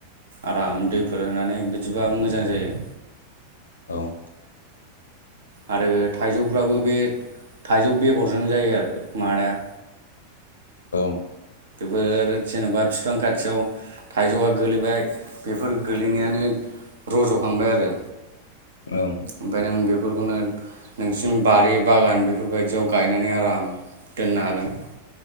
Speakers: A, on the right (about 65°); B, on the left (about 70°).
A: आराम दैफोर होनानै बिदिबा मोजां जायो।
B: औ
A: आरो थाइजौफ्राबो बे थाइजौ बेगरजों जायो आरो मादाया
B: औ
A: बेफोर जेन'बा फिफां खाथियाव थाइजौआ गोलैबाय बेफोर गोलैनायानो रज'खांबाय आरो
B: औ
A: ओमफाय नों बेफोरखौनो नोंसिनि बारि बागान बेफोर बायदियाव गायनानै आराम दोननो हागोन